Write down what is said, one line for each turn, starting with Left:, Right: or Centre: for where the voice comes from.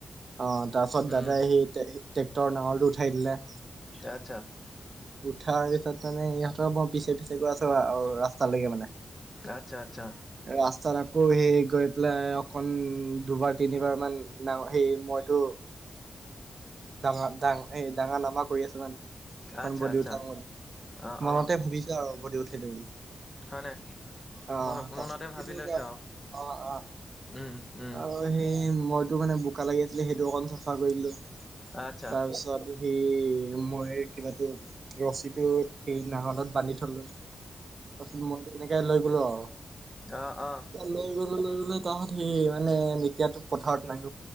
Right: অ তাৰপাছত দাদাই
Left: উম
Right: সেই ট্ৰেক্টৰৰ নাঙলটো উঠাই দিলে
Left: আচ্ছা
Right: উঠাৰ পিছত মানে ইহঁতৰ মৰ পিছে পিছে গৈ আছো ৰাস্তালৈকে মানে
Left: আচ্ছা আচ্ছা
Right: ৰাস্তাত আকৌ সেই গৈ পেলাই অকন দুবাৰ তিনিবাৰ মান না সেই মইতো ডাঙৰ ডাঙ এই ডাঙৰ নামা কৰি আছো মানে অকণ
Left: আচ্ছা
Right: বডি
Left: আচ্ছা
Right: উঠাওঁ বুলি
Left: অ
Right: মনতে
Left: অ
Right: ভাবিছো আৰু বডি উঠাইছো বুলি
Left: হয়নে
Right: আহ
Left: মন
Right: ততটো
Left: মনতে ভাবি লৈছ আৰু
Right: অ অ
Left: উম উম
Right: আৰু সেই মইতো মানে বোকা লাগি আছিলে সেইটো অকণ চাফা কৰি দিলো।
Left: আচ্ছা
Right: তাৰপিছত সেই মই কিবাতো ৰছীটো সেই নাঙলত বান্ধি থলো তাৰপাছত মই এনেকে লৈ গলো আৰু
Left: অহ অহ
Right: লৈ গলো লৈ গলে তাহত সেই মানে এতিয়া পথাৰত নাব